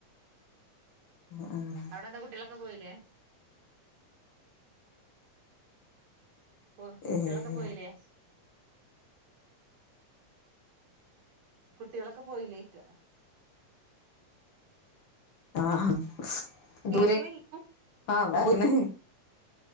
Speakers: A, on the left; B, on the right.
A: അഹ് ആഹ്
B: അവിടെന്താ കുട്ടികളൊക്കെ പോയീലേ. പോ കുട്ടികളൊക്കെ
A: ഏഹ്
B: പോയീലേ. കുട്ടികളൊക്കെ പോയില്ലേ യ്ക്കാ.
A: അഹ് ആഹ്
B: കേക്ക്ണില്ല
A: ദൂരെ ആഹ് പോയീണ്.